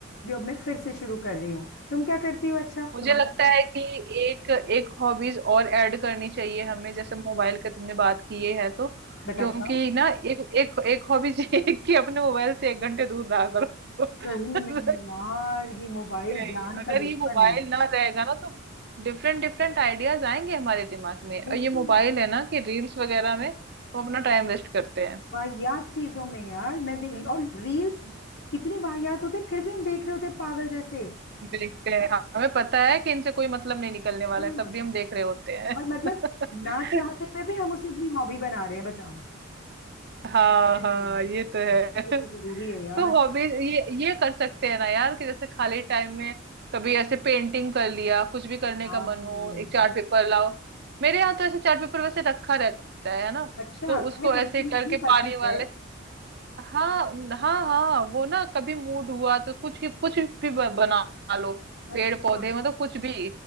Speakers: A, on the left (about 60°); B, on the right (about 55°).
A: जो अब मैं फिर से शुरू कर रही हूँ तुम क्या करती हो अच्छा
B: मुझे
A: तुम्हारा
B: लगता
A: क्या
B: है कि एक एक हॉबीज और ऐड करनी चाहिए हमें जैसे मोबाइल के तुमने बात की ये है तो
A: बताओ
B: क्योंकि
A: बताओ
B: ना एक एक एक हॉबीज <laughs> ये है कि अपने मोबाइल से एक घंटे दूर रहा करो
A: सही में यार
B: <laughs>
A: ये मोबाइल
B: क्योंकि
A: जान
B: अगर
A: का दुश्मन
B: ये मोबाइल
A: है
B: ना रहेगा ना तो डिफरेंट डिफरेंट आइडियाज आएंगे हमारे दिमाग में
A: बिल्कुल
B: और ये मोबाइल है ना कि रील्स वगैरह में हम अपना टाइम वेस्ट करते हैं
A: वाहियात चीजों में यार मैं दे और रील्स
B: हम्म।
A: कितनी वाहियात होते हैं, फिर भी हम देख रहे होते हैं पागल जैसे
B: देखते हैं हमें पता है कि इनसे कोई मतलब नहीं निकलने वाला
A: हाँ
B: है तब भी हम देख रहे होते हैं
A: और
B: <laughs>
A: मतलब
B: क्या
A: ना चाहते हुए भी हम उसे अपनी हॉबी बना रहे हैं बताओ
B: हाँ
A: हम्म,
B: हाँ ये तो है
A: ये तो
B: <laughs>
A: जरूरी है यार
B: तो हॉबीज ये ये कर सकते हैं ना यार कि जैसे खाली टाइम में कभी ऐसे पेंटिंग कर लिया कुछ भी करने
A: हाँ
B: का मन हो एक चार्ट पेपर लाओ मेरे यहाँ तो ऐसे चार्ट पेपर वैसे रखा रहता है है ना
A: अच्छा
B: तो
A: तुम्हें
B: उसको
A: पेंटिंग
B: ऐसे करके
A: इतनी पसंद
B: पानी वाले
A: है
B: हाँ हाँ हाँ वो ना कभी मूड हुआ तो कुछ भी- कुछ भी ब- बना लो
A: अच्छा
B: पेड़ पौधे मतलब कुछ भी